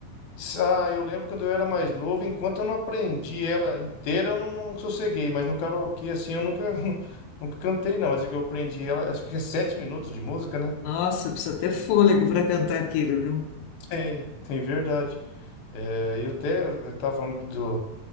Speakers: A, on the left; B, on the left.
A: Ah, eu lembro quando eu era mais novo, enquanto eu não aprendi ela inteira, eu não, não sosseguei, mas no karaokê, assim, eu nunca, <laughs> nunca cantei, não. Mas o que eu aprendi ela, acho que é sete minutos de música, né?
B: Nossa, precisa ter fôlego para cantar aquilo, viu?
A: Tem, tem verdade. É, e eu até eu tava falando do,